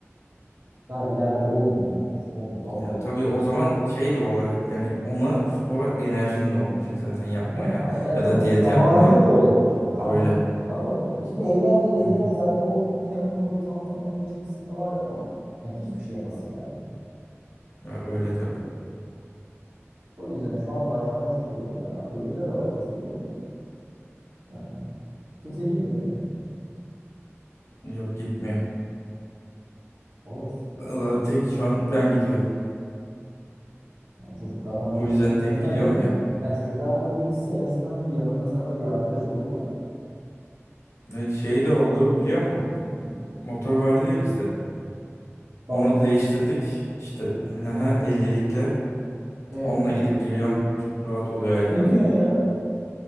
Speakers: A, on the right; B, on the left.
A: daha ileride olmuyor. lan. Olmuyor vallahi.
B: Ya tabii o zaman şey de olay yani ona spora enerjin de olmayacak zaten yapmaya
A: olmuyor. He, lan enerjin
B: ya da
A: o
B: diyet
A: zamanın
B: yapmaya.
A: da olmayacak kanka.
B: Öyle.
A: Anladın mı? E Şimdi evleneceksin edeceksin
B: Hı hı.
A: zaten o temponlu tantananın içerisinde var ya. Yani hiçbir şey yapasın gelmeyecek.
B: Ya öyle tabii.
A: O yüzden şu an başlaman çok iyi oldu yani. Aslında Öbürleri de başlasa iyi olur da. Yani kimse gitmiyor değil mi şimdi?
B: Yok gitmiyor.
A: O da sıkıntı.
B: Valla Tek şu an ben gidiyorum.
A: Yani çocuklardan
B: O
A: biri
B: yüzden
A: de-
B: tek
A: en azından
B: gidiyorum
A: yanı
B: ya.
A: yani çocuklardan biri gitse en azından biri yanında sana da bir arkadaş olur yani.
B: Ne şey de oldu biliyor musun? Motor vardı ya bizde.
A: Baban
B: Onu değiştirdik. İşte <laughs>
A: Hı.
B: 50'likle.
A: E
B: Onunla gidip geliyorum. Çok rahat oluyor yani.
A: ne diyor ya?